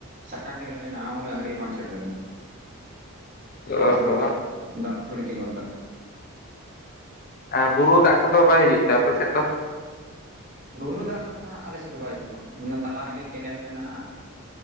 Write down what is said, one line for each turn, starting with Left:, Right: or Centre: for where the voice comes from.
Right: ᱥᱟᱠᱟ ᱠᱮᱱᱮᱞ ᱢᱮᱱᱟᱜ-ᱟ, ᱩᱱᱟᱹᱜ ᱦᱟᱹᱨᱤᱡ ᱵᱟᱝ ᱥᱮᱴᱮᱨ ᱠᱟᱱᱟ ᱮᱱᱠᱷᱟᱱ
Left: ᱚ
Right: ᱛᱷᱩᱲᱤ
Left: ᱦᱚᱸ
Right: ᱫᱟᱜ ᱫᱟᱜ ᱛᱷᱩᱲᱤ ᱛᱤᱸᱜᱩᱱ ᱠᱟᱱᱟ᱾
Left: ᱟᱨ ᱵᱩᱨᱩ ᱫᱟᱜ ᱠᱚᱫᱚ ᱵᱟᱭ ᱦᱤᱡᱩᱜ ᱛᱮ ᱟᱯᱮ ᱥᱮᱫ ᱫᱚ?
Right: ᱵᱩᱨᱩ ᱫᱟᱜ ᱫᱚ ᱱᱟᱦᱟᱸᱜ ᱟᱞᱮ ᱥᱮᱫ ᱫᱚ ᱵᱟᱭ ᱦᱤᱡᱩᱜ-ᱟ ᱢᱟᱱᱮ ᱛᱟᱞᱟ ᱨᱮᱜᱮ ᱠᱮᱱᱮᱞ ᱢᱮᱱᱟᱜ-ᱟ᱾